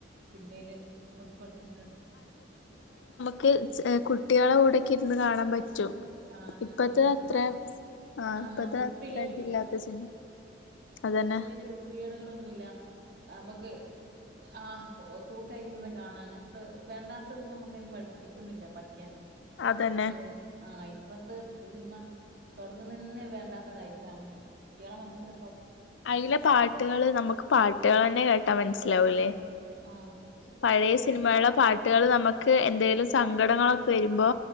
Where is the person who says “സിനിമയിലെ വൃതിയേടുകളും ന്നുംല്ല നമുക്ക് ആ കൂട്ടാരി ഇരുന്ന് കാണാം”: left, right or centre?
Right